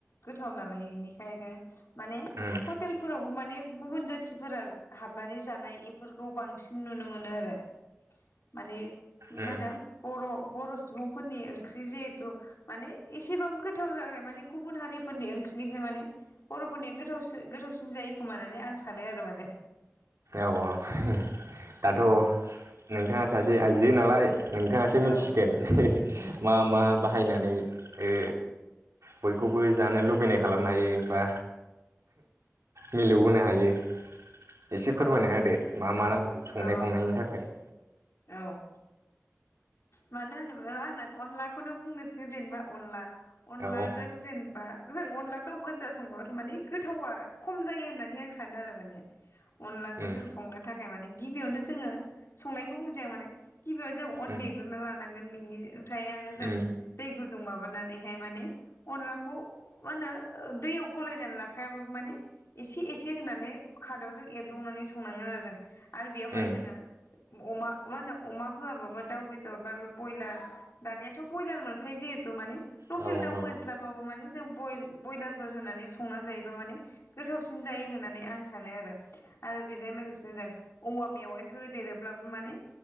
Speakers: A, on the left (about 65°); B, on the right (about 85°).
A: गोथाव नालाय बेनिखाय बेखायनो माने
B: उम
A: हटेलफोरावबो माने गुबुन जाथिफोरा हाबनानै जानाय एफोरखौ बांसिन नुनो मोनो आरो माने
B: उम
A: माहोनो बर' बर' सुबुंफोरनि ओंख्रि जिहेथु माने एसेबाबो गोथाव जाबाय माने गुबुन हारिफोरनि ओंख्रिनिफ्राय माने बर'फोरनिया गोथावो गोथावसिन जायो खोमाहोनानै आं सानो आरो माने ।
B: औ औ । दाथ'
A: औ
B: नोंथाङा सा जे आइजो नालाय नोंथाङासो
A: औ
B: मिथिसिगोन । मा मा बाहायनानै ओ बयखौबो जानो लुबैनाय खालामनो हायो बा मिलौहोनो हायो । एसे फोरमायना
A: औ
B: होदो । मा मा नां संनाय
A: औ
B: खावनायनि थाखाय ।
A: औ मानो होनोब्ला मा होनो अनलाखौनो बुंनोसै जेनेबा अनला । अनलाजों
B: औ
A: जेनेबा जों अनला गाव गोजा संबाबाथ' माने गोथावा खम जायो होननानै आं सानो आरो माने अनलाखौ
B: उम
A: जों संनो थाखाय । गिबियावनो जोङो संनाय बुंजाया माने गिबियाव जों अन
B: उम
A: देग्रोनना लानांगोन । गोन बिनि ओमफ्रायानो जों
B: उम
A: दै गुदुंवाव माबानानैहाय माने अनलाखौ मा होनो ओ दैयाव गलायनानै लाखायाबाबो माने एसे एसे होनानै खादरजों एरब्लुंनानै संनाङो आरो जों । आरो बेवहाय
B: उम
A: जोङो अमा मा होनो अमा होआबाबो दाउ बेदर बा बयलार। दानियाथ' बयलार मोनखायो जिहेथु माने लकेल
B: औ औ उम
A: दाउ मोनस्लाबाबो मानेजंजं जों ब बयलारफोर होनानै संना जायोब्लाा माने गोथावसिन जायो होननानै आं सानो आरो आरो बेजों लोगोसेनो जों औवा‌ मेवाय होदेरो अब्लाबो माने